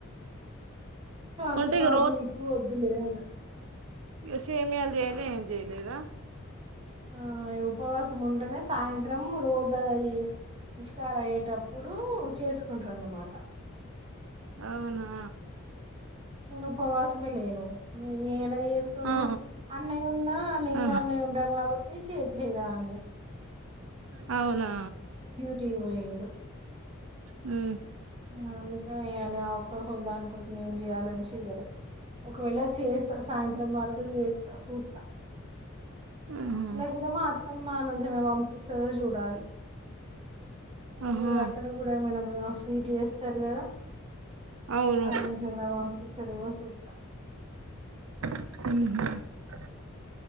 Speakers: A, on the right; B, on the right.
A: అతదదు
B: అంటే ఇక
A: నీకు వద్దులే అని
B: ఇ స ఏమియాల జయలే ఏ చేయలేద
A: ఆ ఉపవాసం ఉంటేనే సాయంత్రం రోజా ఇస్తారు అయ్యేటప్పుడు చేసుకుంటారు అన్నమాట
B: అవునా
A: నేను ఉపవాసమే లేను అ చేసుకోను
B: ఆ
A: అన్నయ్య ఉన్నా నేను
B: ఆ
A: అన్నయ్య ఉంటం కాబట్టి ఏ చేజదాన్ని
B: ఆ అవునా
A: తీ పోయడు
B: ఉ
A: ఆ య్యాలి ఆ ఒ దానికోసం ఏం చెయ్యాలని చెయ్యాలి ఒకవేళ చేస్త సాయంత్రం వరకు చేస్తా చూస్తా
B: ఆహా
A: లేకపోతే మా అత్తమ్మ నుంచి ఏమైనా పంపిస్తుందో చూడాలి ఈ
B: ఆహా
A: రోజు అక్కడ కూడా ఏమైనాప్పు స్వీట్ చేస్తారు కదా
B: అవును
A: ఆనజనావాంపి చెడవ సడతా
B: అహ